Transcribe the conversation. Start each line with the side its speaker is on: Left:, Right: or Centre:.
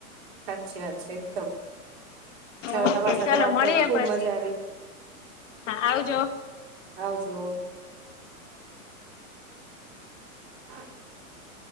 Right: સાચી સાચ છે એકદમ. ચાલો
Left: ઓકે
Right: તમારી સાથે
Left: ચલો
Right: વાત
Left: મળીએ
Right: કર ખુબ
Left: પછી
Right: મજા આવી.
Left: હા આવજો
Right: આવજો. <unintelligible>